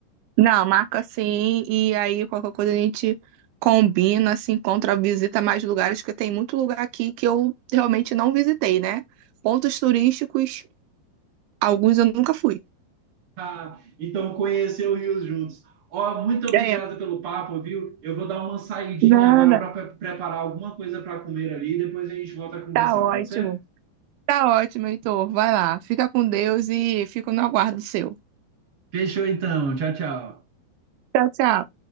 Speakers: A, on the right; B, on the right.
A: Não, marca assim, e aí qualquer coisa a gente combina, se encontra, visita mais lugares, porque tem muito lugar aqui que eu realmente não visitei, né? Pontos turísticos, alguns eu nunca fui.
B: Ah, então conhecer o Rio juntos. Ó, muito obrigado
A: É,
B: pelo papo, viu? Eu vou dar uma saidinha
A: nada.
B: agora para preparar alguma coisa para comer ali, depois a gente volta a conversar,
A: Tá ótimo.
B: pode ser?
A: Tá ótimo, Heitor. Vai lá. Fica com Deus e fico no aguardo seu.
B: Fechou então. Tchau, tchau.
A: Tchau, tchau.